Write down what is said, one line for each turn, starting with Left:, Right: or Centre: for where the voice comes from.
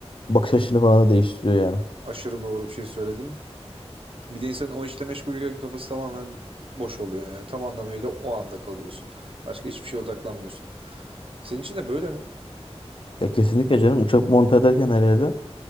Left: bakış açını falan da değiştiriyor yani.
Right: Aşırı doğru bir şey söyledim. Bir de insanın o işle meşgulken kafası tamamen boş oluyor yani. Tam anlamıyla o anda kalıyorsun. Başka hiçbir şeye odaklanmıyorsun. Senin için de böyle mi?
Left: Ya kesinlikle canım uçak monte ederken her yerde